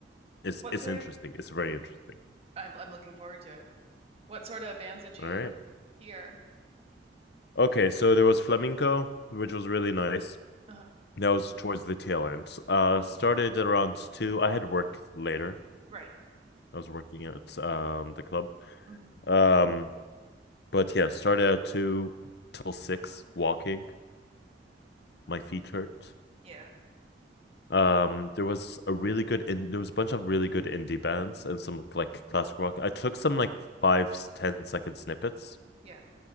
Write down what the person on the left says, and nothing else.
It's
it's
interesting.
It's very interesting.
All right.
Okay, so there was flamenco, which was really nice.
That was towards the tail end. Uh, started at around two. I had work later.
I was working at um the club.
Um, but yeah, started at two till six walking. My feet hurt.
Um, there was a really good in there was a bunch of really good indie bands and some like classic rock. I took some like five, ten second snippets,